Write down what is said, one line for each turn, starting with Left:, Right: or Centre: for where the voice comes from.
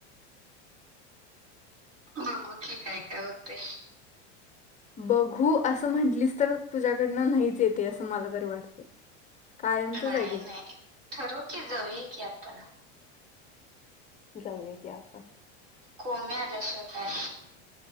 Right: बघू की काय काय होते
Left: बघू असं म्हंटलीस तर तुझ्याकडनं नाहीच येते असं मला तरी वाटते कायमचच
Right: नाय
Left: आहे तुझं
Right: नाय ठरव की जाऊया की आपण
Left: जाऊया की आपण
Right: कोण्या आल्याशिवाय काय